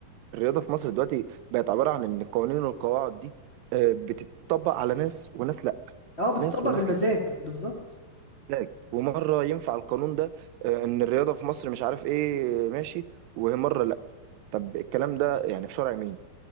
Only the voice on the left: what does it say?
اه بتطبق
بالمزاج
بالظبط